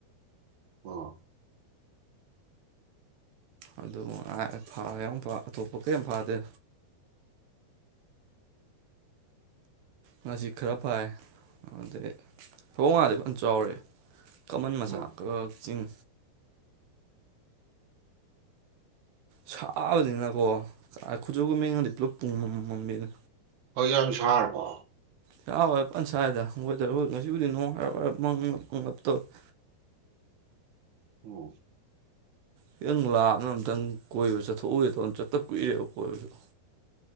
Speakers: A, on the right; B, on the right.
A: ꯑꯣ
B: ꯑꯗꯨ ꯉꯥꯏꯍꯥꯛ ꯐꯥꯔꯦ ꯑꯃꯨꯛ ꯐꯥ ꯑꯇꯣꯞꯄ ꯀꯌꯤꯝ ꯐꯥꯗꯦ ꯉꯁꯤ ꯈꯔ ꯐꯥꯏ ꯑꯗꯩ ꯐꯕꯧꯉꯥꯗꯤ ꯐ ꯆꯥꯎꯔꯦ ꯀꯃꯟ ꯃꯆꯥ
A: ꯎꯝ
B: ꯀꯥ ꯆꯤꯡ ꯁꯥꯕꯅꯤꯅꯀꯣ ꯑꯥ ꯈꯨꯆꯨ ꯈꯨꯃꯦꯟꯒꯗꯤ ꯄꯨꯂꯞ ꯄꯨꯃꯝ ꯃꯝꯃꯦꯗ
A: ꯍꯧꯖꯤꯛ ꯌꯥꯝ ꯁꯥꯔꯕꯣ
B: ꯁꯕ ꯐ ꯁꯥꯏꯗ ꯍꯣꯏꯗ ꯉꯁꯤꯕꯨꯗꯤ ꯅꯣꯡ ꯍꯥꯏꯔꯞ ꯍꯥꯏꯔꯞ ꯃꯪꯕ ꯃꯪꯂꯞ ꯇꯧꯋꯦ <inaudible>
A: ꯎꯝ
B: ꯈꯤꯇꯪ ꯂꯥꯞꯅ ꯑꯝꯇꯪ ꯀꯣꯏꯕ ꯆꯠꯊꯣꯛꯎꯒꯦ ꯇꯧꯅꯦ ꯆꯠꯇ ꯀꯨꯏꯔꯦꯕ ꯀꯣꯏꯕꯖꯨ <inaudible>